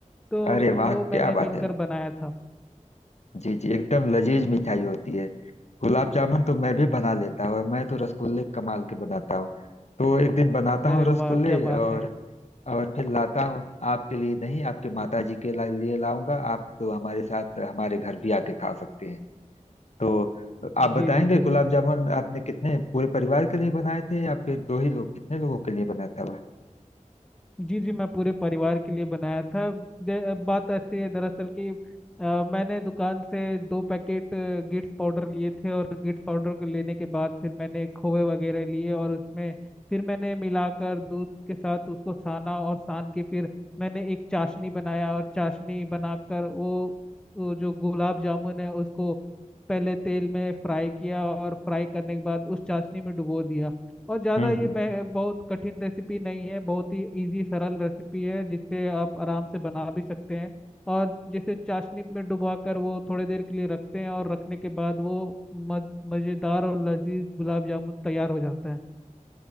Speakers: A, in the centre; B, on the left.
A: तो
B: अरे वाह
A: वो मैंने
B: क्या
A: मिलकर
B: बात है
A: बनाया था
B: जी जी एकदम लजीज मिठाई होती है गुलाब जामुन तो मैं भी बना लेता हूँ और मैं तो रसगुल्ले कमाल के बनाता हूँ तो एक दिन बनाता
A: अरे
B: हूँ रसगुल्ले
A: वाह क्या बात
B: और
A: है
B: और फिर लाता हूँ आपके लिए नहीं आपके माता जी के ला- लिए लाऊंगा आप तो हमारे साथ हमारे घर भी आके खा सकते हैं तो आप बताएंगे
A: जी जी जल्दी
B: गुलाब जामुन
A: जल्दी
B: आपने कितने पूरे परिवार के लिए बनाए थे या फिर दो ही लोग कितने लोगों के लिए बना था वह
A: जी जी मैं पूरे परिवार के लिए बनाया था दे- बात ऐसी है दरअसल कि अ, मैंने दुकान से दो पैकेट अ, गिट्स पाउडर लिए थे और गिट्स पाउडर को लेने के बाद फिर मैंने खोए वगैरह लिए और उसमें फिर मैंने मिलाकर दूध के साथ उसको साना और सान के फिर मैंने एक चाशनी बनाया और चाशनी बनाकर वो, वो जो गुलाब जामुन है उसको पहले तेल में फ्राई किया और फ्राई करने के बाद उस चाशनी में डुबो दिया और ज़्यादा
B: हम्म
A: ये
B: हम्म
A: मैं बहुत कठिन रेसिपी नहीं है बहुत ही इजी सरल रेसिपी है जिससे आप आराम से बना भी सकते हैं और जैसे चाशनी में डुबा कर वो थोड़ी देर के लिए रखते हैं और रखने के बाद वो मज- मज़ेदार और लजीज गुलाब जामुन तैयार हो जाता है